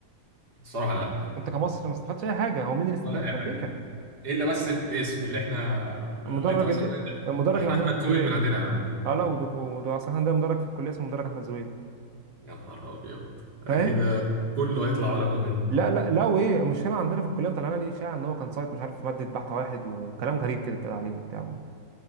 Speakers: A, on the right; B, on the right.
A: الصراحه لا
B: انت كمصر ما استفدتش اي حاجه هو مين اللي استفاد
A: ولا اي
B: امريكا
A: حاجه الا بس الاسم اللي احنا
B: المدرج
A: اللي انت مثلا
B: اللي المدرج
A: ده احنا
B: اللي عندنا
A: احمد
B: في الكليه
A: زويل من عندنا يا عم
B: اه لا وده وده اصلا عندنا مدرج في الكليه اسمه مدرج احمد زويل
A: يا نهار ابيض
B: فاهم
A: كده كله هيطلع علماء منه
B: لا لا لا وايه المشكله عندنا في الكليه مطلعنا ليه اشاعه ان هو كان سايت مش عارف في ماده بحث واحد وكلام غريب كده اتقال عليه وبتاع